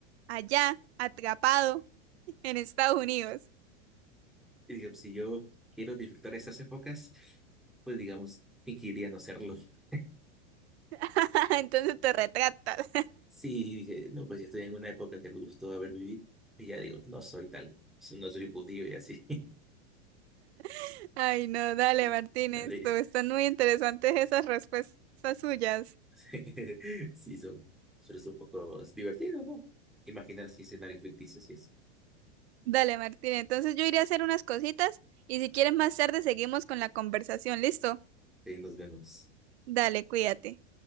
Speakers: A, on the right (about 70°); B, in the centre.
A: allá, atrapado <laughs> en Estados Unidos?
B: Y digamos, si yo quiero disfrutar esas épocas, pues digamos, fingiría no serlo. <laughs>
A: <laughs> Entonces te retratas.
B: Sí, dije, no, pues yo estoy en una época que me gustó haber vivido. Y ya digo, no soy tal, so, no soy judío y así. <laughs>
A: <laughs> Ay, no, dale,
B: Y,
A: Martínez,
B: ande-
A: tú, están muy interesantes esas respuestas suyas.
B: <laughs> Sí, son, suele ser un poco divertido, ¿no? Imaginar así escenarios ficticios y eso.
A: Dale, Martín. Entonces yo iré a hacer unas cositas y si quieres más tarde seguimos con la conversación. ¿Listo?
B: Ahí nos vemos.
A: Dale, cuídate.